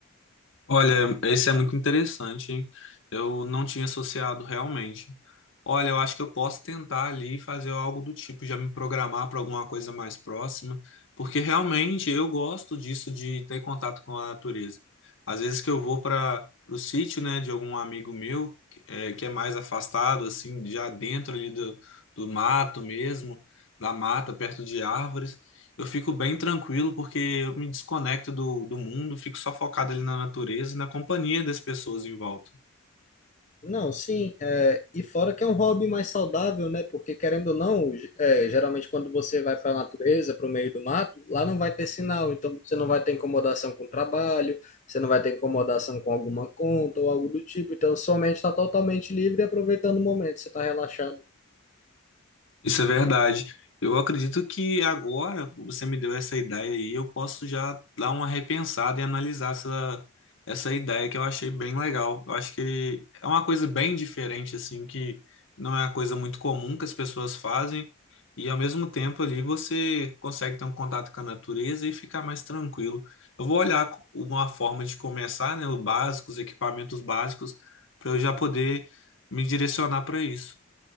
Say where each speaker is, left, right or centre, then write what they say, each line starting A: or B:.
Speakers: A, on the left; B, on the left.
A: Olha, esse é muito interessante, hein? Eu não tinha associado realmente. Olha, eu acho que eu posso tentar ali fazer algo do tipo, já me programar para alguma coisa mais próxima, porque realmente eu gosto disso de ter contato com a natureza. Às vezes que eu vou para o sítio, né, de algum amigo meu, que é, que é mais afastado, assim, já dentro ali do, do mato mesmo, da mata, perto de árvores eu fico bem tranquilo porque eu me desconecto do, do mundo, fico só focado ali na natureza e na companhia das pessoas em volta.
B: Não, sim, é, e fora que é um hobby mais saudável, né? Porque querendo ou não, ge- é, geralmente quando você vai para a natureza, para o meio do mato, lá não vai ter sinal, então você não vai ter incomodação com o trabalho, você não vai ter incomodação com alguma conta ou algo do tipo, então sua mente está totalmente livre e aproveitando o momento, você está relaxado.
A: Isso é verdade. Eu acredito que agora que você me deu essa ideia aí, eu posso já dar uma repensada e analisar essa, essa ideia que eu achei bem legal. Eu acho que é uma coisa bem diferente, assim, que não é uma coisa muito comum que as pessoas fazem, e ao mesmo tempo ali você consegue ter um contato com a natureza e ficar mais tranquilo. Eu vou olhar uma forma de começar, né, o básico, os equipamentos básicos, para eu já poder me direcionar para isso.